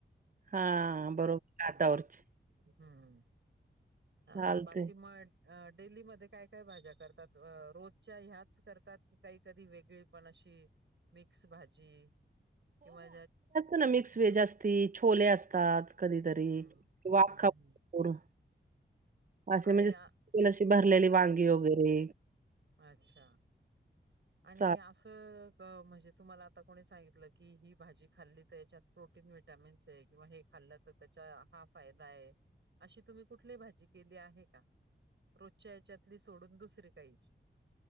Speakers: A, on the right (about 45°); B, on the right (about 70°).
A: हा
B: हम्
A: बरोबर
B: हम्.
A: काटावरची
B: हम्म अ
A: चालते
B: बाकी म. अ डेलीमध्ये काय काय भाज्या करतात रोज. च्या ह्याच करतात की काही कधी वेगळी पण अशी. मिक्स भाजी, किंवा
A: मिकस व ती छोले असतात. कधीतरी
B: हं,
A: वाखाप
B: हं, हं.
A: वरून असे
B: आणि
A: म्हणजे.
B: आ
A: ही अशी भरलेली वांगी वगैरे.
B: अच्छा! आणि
A: चाल
B: असं. हो म्हणजे तुम्हाला आता कोणी सांगितलं की ही भाजी खाल्ली तर आहे ह्यात प्रोटीन, व्हिटॅमिन्स आहे किंवा हे. खाल्लं तर त्याचा हा फायदा आहे अशी तुम्ही कुठली भाजी केली आहे का? रोजच्या याच्यातली सोडून दुसरी काही.